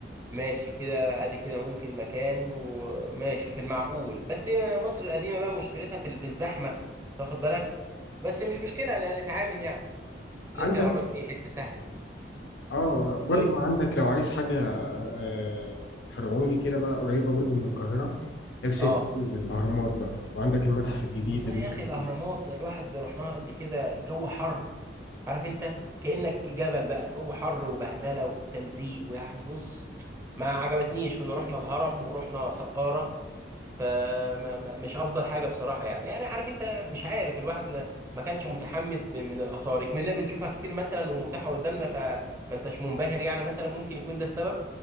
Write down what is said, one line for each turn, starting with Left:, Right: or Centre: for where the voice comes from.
Right: ماشي كده ادي كده ممكن مكان وماشي في المعقول بس مصر القديمة بقى مشكلتها في في الزحمة تاخد بالك بس مش مشكلة انا نتعامل يعني نركن
Left: عندك
Right: العربية في اي حتة سهلة
Left: اه برضو
Right: طيب
Left: عندك لو عايز حاجه آه، فرعوني كده بقى قريبه برضو من القاهره هي بس
Right: اه
Left: هي في الجيزه الاهرامات بقى وعندك المتحف الجديد
Right: والله
Left: اللي
Right: يا
Left: لسه
Right: اخي الاهرامات
Left: فيه
Right: الواحد رحناها قبل كده الجو حر عارف انت كأنك جبل بقى الجو حر وبهدلة وتلزيق ويعني بص ما عجبتنيش كنا رحنا الهرم ورحنا سقارة فمش افضل حاجه بصراحه يعني يعني عارف انت مش عارف الواحد ما ما كانش متحمس ب- من الاثار كنا بنشوفها كتير مثلا ومتاحه قدامنا فما انتش منبهر يعني مثلا ممكن يكون ده السبب